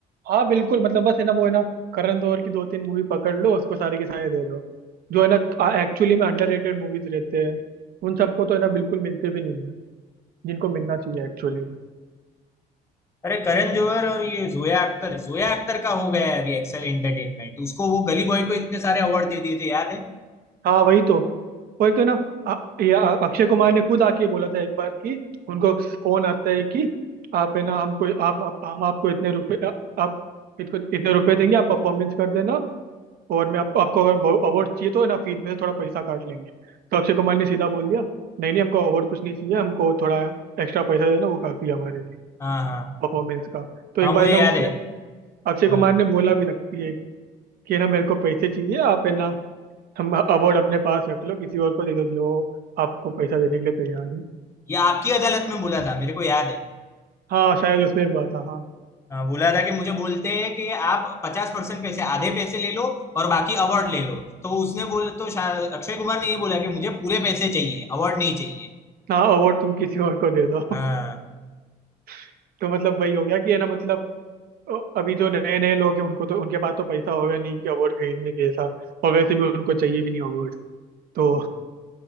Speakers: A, on the right; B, on the left.
A: हाँ बिल्कुल मतलब बस है ना वो है ना करण जौहर की दो तीन मूवी पकड़ लो उसको सारे के सारे दे दो जो है ना एक्चुअली में अंडररेटेड मूवीज रहते हैं उन सबको तो है ना बिल्कुल मिलते भी नहीं है जिनको मिलना चाहिए एक्चुअली
B: अरे करण जौहर और ये जोया अख्तर जोया अख्तर का हो गया है अभी एक्सेल एंटरटेनमेंट उसको वो गली बॉय को इतने सारे अवार्ड दे दिए थे याद है
A: हाँ वही तो वो एक तो ना अ- ये अ- अक्षय कुमार ने खुद आके बोला था एक बार कि उनको फोन आता है कि आप है ना हमको आप, आप हम आपको इतने रुपए अ- आप इसको इतने रुपए देंगे आप परफॉर्मेंस कर देना और मैं आपको आपको अगर अवार्ड चाहिए तो है ना फीस में से थोड़ा पैसा काट लेंगे तो अक्षय कुमार ने सीधा बोल दिया नहीं नहीं हमको अवार्ड कुछ नहीं चाहिए हमको थोड़ा एक्स्ट्रा पैसा देना वो काफी है हमारे लिए
B: हाँ हाँ
A: परफॉर्मेंस का तो
B: हाँ
A: एक
B: मुझे
A: बार है ना
B: याद
A: उसने
B: है
A: अक्षय
B: हाँ
A: कुमार ने बोला भी रखती है कि है ना मेरे को पैसे चाहिए आप है ना हम अवार्ड अपने पास रख लो किसी और को दे दो जो आपको पैसा देने के लिए तैयार है
B: ये आपकी अदालत में बोला था मेरे को याद है
A: हाँ शायद उसमें बात था हाँ
B: हाँ, बोला था कि मुझे बोलते हैं कि आप पचास परसेंट पैसे आधे पैसे ले लो और बाकी अवार्ड ले लो तो उसने बोल तो शा- अक्षय कुमार ने ये बोला कि मुझे पूरे पैसे चाहिए अवार्ड नहीं चाहिए
A: हाँ अवार्ड तुम किसी और को दे दो
B: हाँ
A: <laughs> तो मतलब वही हो गया कि है ना मतलब अ, अभी जो नए नए लोग हैं उनको तो उनके पास तो पैसा होगा नहीं कि अवार्ड खरीदने के ऐसा और वैसे भी उनको चाहिए भी नहीं अवार्ड तो